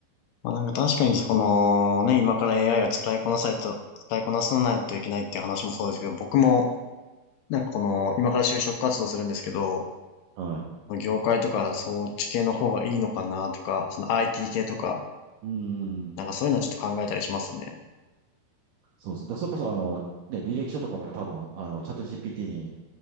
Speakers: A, on the left; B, on the right.
A: まあなんか確かにこのね、今から AI を使いこなさないと、使いこなさないといけないっていう話もそうですけど、僕もなんかこの、今から就職活動するんですけど、
B: はい。
A: 業界とかそっち系の方がいいのかなとか、その IT 系とか、
B: うん。
A: なんかそういうのはちょっと考えたりしますね。
B: そうです。だからそれこそ、あの、ね、履歴書とかも多分、あの、チャット GPT に